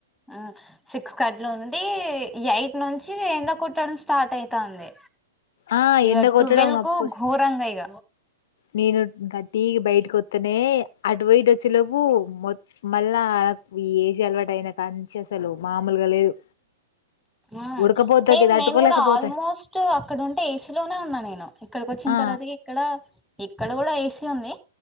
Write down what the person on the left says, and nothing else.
ఆ
ఎండ కొట్టడం
అప్పుడు
నేను గ టీ కి బయటకి వత్తేనే అటుపోయిటు వచ్చే లోపు మళ్ళా ఏసీ అలవాటు అయినా కాంచి అసలు మామూలుగా లేదు
ఉడకపోతకి
తట్టుకోలేకపోతాను
ఆ